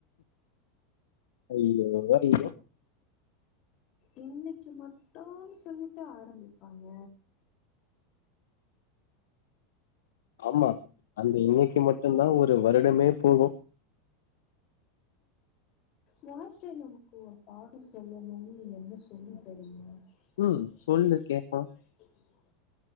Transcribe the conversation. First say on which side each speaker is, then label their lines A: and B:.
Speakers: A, on the left (about 65°); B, on the left (about 40°).
A: அய்யோ அய்யோ
B: இன்னிக்கு மட்டோனு சொல்லிட்டு ஆரம்பிப்பாங்க
A: ஆமா அந்த இன்னைக்கு மட்டும்தா ஒ ஒரு வருடமே போகும்
B: வாழ்க்கை நமக்கு இப்ப ஒரு பாட்டு சொல்லனும்னு என்ன சொல்ல தெரியுமா நீ
A: ம் சொல்லு கேப்போம்
B: சொல்றது